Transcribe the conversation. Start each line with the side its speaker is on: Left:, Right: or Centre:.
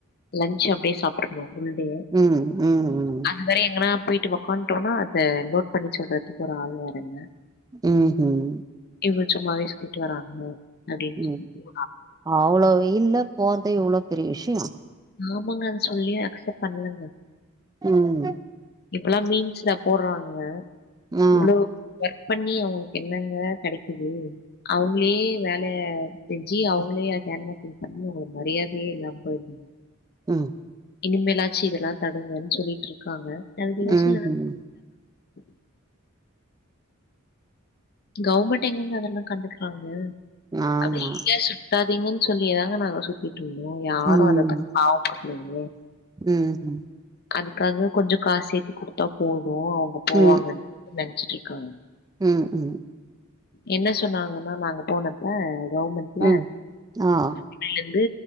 Left: லன்ட்ச் அப்டியே சாப்ட்ரனு. ஃபுல்டே
Right: ம் ம் ம்
Left: அதுவரை எங்கனா போயிட்டு உக்காட்டோனா அத நோட் பண்ணி சொல்றதுக் ஒரு ஆள் வேறங்க
Right: ம்ஹும்
Left: இவ்வ சும்மாவே சொல்ட்டு வராங்க அப்டின்
Right: ம்
Left: சொல்ட்டு
Right: அவ்ளோ வெய்ல்ல போறது எவ்ளோ பெரிய விஷ்யோ
Left: ஆமா அத சொல்லியே அக்சப்ட் பண்ணலங்க
Right: ம்
Left: இப்பலா மீம்ஸ்சுல போடுறாங்க
Right: ஆ
Left: இவ்ளவு ஒர்க் பண்ணி அவுங்ளுக்கு என்னங்க கிடைக்குது அவுங்ளே வேல ஜி அவங்களே கேன்வாிங் பண்ணி அவங்களுக்கு மரியாதையே இல்லாம போயந்தங்க
Right: ம்
Left: இனிமேலாச்சு இதெல்லா தடுங்கன்னு சொல்லிட்டு இருக்காங்க அதுக்கு ஏதாச்சு
Right: ம்ஹும்
Left: <unintelligible> கவர்மெண்ட் எங்கங்க அதெல்லா கண்டுக்குறாங்க
Right: ஆமா
Left: அப்டியே வெட்டாதீங்கன்னு சொல்லியே தாங்க நாங்க சு ய்ட்ருந்தோ யாரு
Right: ம்
Left: அத பாவ பாக்லயே
Right: ம்ஹும்
Left: அதுக்காக கொஞ்சோ காசு சேத்தி குடுத்தா போது அவுங்க போவாங்கன்
Right: ம்
Left: நினைச்சிட்டு இருக்காங்க
Right: ம் ம்
Left: என்ன சொன்னாங்கன்னா நாங்க போனப்ப கவர்மெண்ட்ல
Right: ம் ஆ
Left: இன்னைல இருந்து